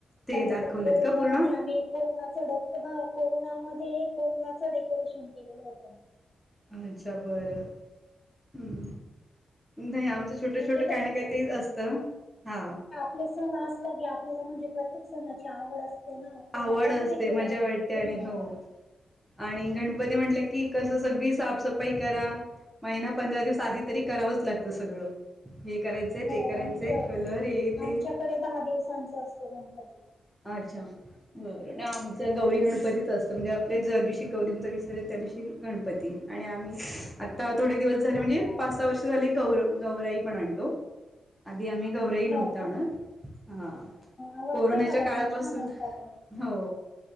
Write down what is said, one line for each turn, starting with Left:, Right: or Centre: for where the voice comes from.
Centre: ते
Left: पण नंतर
Centre: दाखवलेत
Left: कोरोनामध्ये
Centre: का पूर्ण
Left: आम्ही कोरोनाचा ड हा कोरोनामध्ये कोरोनाचा डेकोरेशन केलेलं होत.
Centre: अच्छा बर हम् नाही आमच छोट
Left: म्हणजे
Centre: छोट
Left: कस
Centre: काही ना काही ते असत हा.
Left: आप सण असला की आपल्याला म्हणजे प्रत्येक सणाची आवड अस ते ना
Centre: आवड
Left: तर मग असं
Centre: असते
Left: वेगळ
Centre: मजा वाटते आणि
Left: ह
Centre: हो आणि गणपती म्हटलं की कसं सगळी साफसफाई करा. महिना पंधरा दिवस आधी तरी करावंच लागतं सगळं. हे करायचंय
Left: हो
Centre: ते करायचंय
Left: आमच्या
Centre: कलर ये तेे
Left: आमच्याकडे दहा दिवसांचा असतो गणपती
Centre: अच्छा बर आमचं गौरी गणपतीच असतं म्हणजे, आप ज्या दिवशी गौरींचा विसार आहे त्या दिवशी गणपती आणि आम्ही आता थोडे दिवस झाले
Left: हा
Centre: म्हणजे पाच सहा वर्ष झाले गौ गौराई पण आणतो. आधी आम्ही गौरही नव्हत
Left: हो
Centre: आणत
Left: का
Centre: हा
Left: आवडतय
Centre: कोरोनाच्या
Left: मला
Centre: काळापासून
Left: पण छान असतात.
Centre: हो